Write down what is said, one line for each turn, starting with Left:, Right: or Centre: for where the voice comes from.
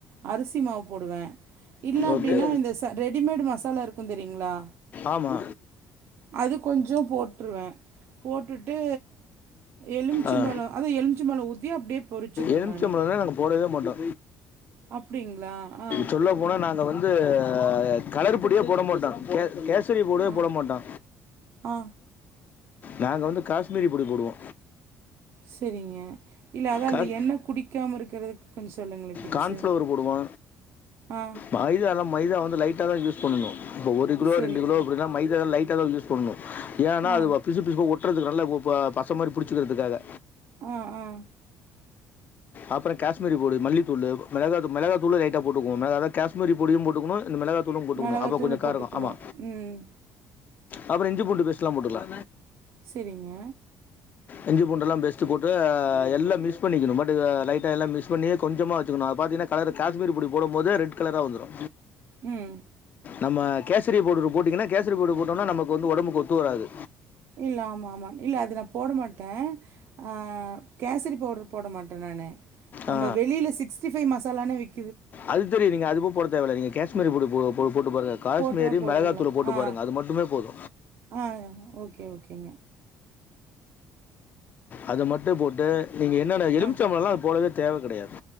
Right: அரிசி மாவு போடுவே இல்ல அப்டின்னா
Left: ஓகே
Right: இந்த ச ரெடிமேடு மசாலா இருக்கு தெரியுங்களா
Left: ஆமா
Right: அது கொஞ்சோ போட்ருவேன் போட்டுட்டு எலுமிச்சம்பழம்
Left: அ அ
Right: அதா எலுமிச்சம்பழம் ஊத்தி அப்டியே பொறிச்சிருவே
Left: எ எலும்ச்ச்ம்பழோலா
Right: நானு
Left: நாங்க போடவே மாட்டோ
Right: அப்டிங்களா ஆ
Left: சொல்ல போன நாங்க வந்து அ கலரு பொடியே போட மாட்டோ கே கேசரி பவ்டே
Right: ஆ
Left: போட மாட்டோ
Right: ஆ
Left: நாங்க வந்து காஷ்மீரி பொடி போடுவோ
Right: செரிங்க இல்ல அதா
Left: கான்
Right: அந்த எண்ணெ குடிக்காம இருக்கிறதுக்கு கொஞ்சோ சொல்லுங்களே டிப்ஸு
Left: கான்ஃப்ளவரு போடுவோ
Right: ஆ
Left: மைதால்லா மைதா வந்து லைட்டா தா யூஸ் பண்ணணு இப்போ ஒரு கிலோ
Right: செரிங்க
Left: ரெண்டு கிலோ அப்டினா மைதாலா லைட்டா தா யூஸ் பண்ணோ ஏன்னா
Right: ஆ
Left: அது ஒ பிசு பிசு ஒட்டுறதுக்கு நல்ல ஒ பல பச மாரி புடிச்சுக்கிறதுக்காக
Right: அ அ
Left: அப்புற காஷ்மீரி பொடி மல்லித்தூளு மெளகாத் மெளகாத்தூளு லைட்டா போட்டுக்வோ மெள அதா காஷ்மீரி பொடியு போட்டுக்குனு இந்த மெளக த்தூளு போட்டுக்குனு
Right: மெளகாத்தூளு
Left: அப்போ கொஞ்சோ
Right: போட்டுக்கணு
Left: காரக்கோ நம் ஆமா
Right: ம்
Left: அப்புற இஞ்சி பூண்டு பேஸ்ட்லா போட்டுக்லா
Right: செரிங்க
Left: இஞ்சு பூண்டெல்லா பேஸ்ட்டு போட்டு எல்லா மிஸ் பண்ணிக்கிணு <unintelligible> லைட்டா எல்லா மிஸ் பண்ணி கொஞ்சமா வெச்சுக்கினு அத பாத்தினா கலரு காஷ்மீரி பொடி போடும் போது ரெட் கலரா வந்துரு
Right: ம்
Left: நம்ம கேசரி பவுடரு போட்டீங்கன்னா கேசரி பவுடர் போட்டோம்னா நமக்கு வந்து ஒடம்புக்கு ஒத்து வராது
Right: இல்ல ஆமா ஆமா இல்ல அது நா போட மாட்டே அ கேசரி பவுட்ரு போட மாட் ட நானு நம்ம
Left: ஆ
Right: வெளியில சிக்ஸ்டி ஃபைவ் மசாலானே விக்
Left: அது தெரியு நீங்க அது போ போட தேவல்ல நீங்க காஷ்மீரி பொடி போ போ போட்டு பாருங்க காஷ்மீரி
Right: போட்டா போதுங்களா
Left: மெளகாதூளு போட்டு
Right: ஆ
Left: பாருங்க அது மட்டுமே போது
Right: ஆ ஓகே ஓகேங்க
Left: அது மட்டு போட்டு நீங்க என்னென்ன எலும்ச்சம்பழலா
Right: ஆ
Left: அத் போடவே தேவ கெடயாது